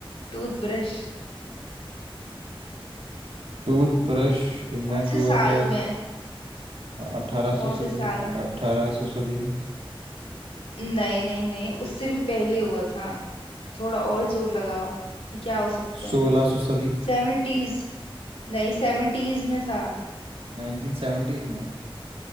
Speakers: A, on the left; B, on the right.
A: टूथब्रश
B: टूथब्रश इन्वेंट
A: कौन से
B: हुआ
A: साल
B: था
A: में
B: अठारह
A: कौन
B: सौ सदी
A: से साल में
B: अठारह सौ सदी में
A: नहीं नहीं नहीं उससे भी पहले हुआ था थोड़ा और जोर लगाओ कि क्या हो सकता
B: सोलह
A: है
B: सौ सदी
A: सेवेंटीज नहीं सेवेंटीज में था
B: नाइनटीन सेवेंटीज में